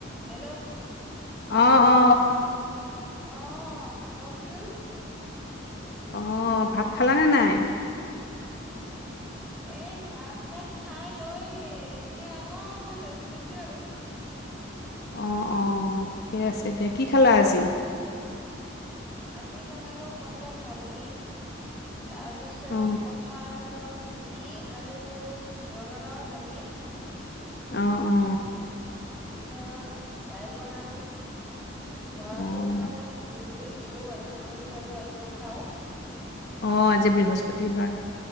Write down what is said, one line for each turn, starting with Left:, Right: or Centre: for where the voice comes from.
Centre: Hello.
Left: অ অ।
Centre: অঁ' কওকচোন।
Left: অঁ' ভাত খালানে নাই?
Centre: এই ভাত-তাত খাই লৈ এতিয়া অকমান ৰেষ্ট লৈছো আৰু।
Left: অঁ অঁ ঠিকে আছে দিয়া, কি খালা আজি?
Centre: আজি বনালো পটল ভাজি। তাৰপিছত
Left: অ',
Centre: কঁঠালৰ গুট- টি আৰু ৰঙালাওৰ ভাজি।
Left: অঁ অঁ'
Centre: তাৰপিছত দাইল বনালো। লৰাটোক
Left: অ',
Centre: এটা কণী বৈল- কৰি দিলো বাৰু আমি বাৰু আজি নাখাও।
Left: অঁ' আজি বৃহস্পতিবাৰ।